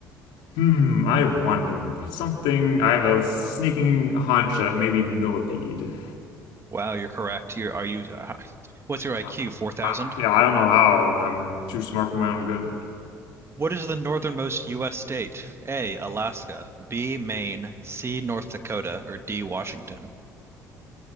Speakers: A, on the left; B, on the right.
A: Hmm, I wonder, but something I have a sneaking hunch that maybe millipede.
B: Wow, you're correct. You're, are you, uh, what's your IQ?
A: Uh,
B: 4,000?
A: I, yeah, I don't know how. I'm too smart for my own good.
B: What is the northernmost U.S. state? A, Alaska, B, Maine, C, North Dakota, or D, Washington?